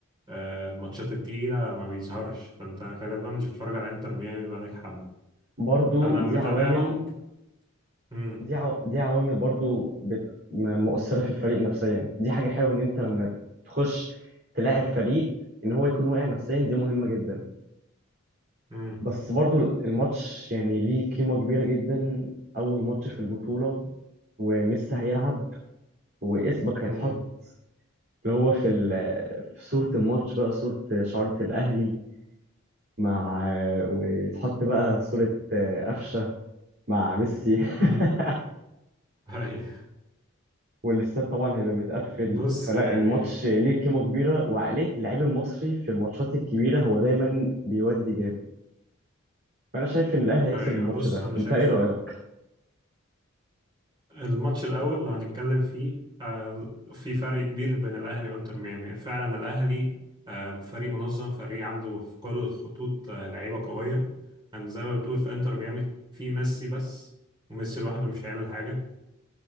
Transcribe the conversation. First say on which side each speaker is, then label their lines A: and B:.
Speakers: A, on the right; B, on the right.
A: آه، الماتشات التقيلة ما بيظهرش فأنت غالبا مش بتتفرج على انتر ميامي بقالك حبة
B: برضو
A: انا
B: دي
A: متابعهم
B: عوامل
A: امم
B: دي عو... دي عوامل برضو بت... م- مؤثرة في الفريق نفسيا يعني دي حاجة حلوة إن أنت لما تخش تلاعب فريق إن هو يكون واقع نفسيا دي مهمة جدا
A: امم
B: بس برضو الماتش يعني ليه قيمة كبيرة جدا أول ماتش في البطولة وميسي هيلعب واسمك
A: امم
B: هيتحط اللي هو في ال- في صورة الماتش بقى صورة شعارة الأهلي مع ويتحط بقى صورة قفشة مع ميسي <laughs>
A: امم هاي
B: والاستاد طبعا هيبقى متقفل
A: بص
B: فلا
A: يعني
B: الماتش ليه قيمة كبيرة وعقلية اللاعب المصري في الماتشات الكبيرة هو دايما بيودي جامد فأنا شايف إن الأهلي هيكسب
A: ايوه
B: الماتش
A: بص
B: ده
A: انا
B: أنت
A: شايف
B: إيه رأيك؟
A: الماتش الاول اللي هنتكلم فيه آه، في فرق كبير بين الاهلي وانتر ميامي فعلا الاهلي آه، فريق منظم فريق عنده في كل الخطوط آه، لعيبه قويه يعني زي ما بتقول في انتر ميامي في ميسي بس وميسي لوحده مش هيعمل حاجه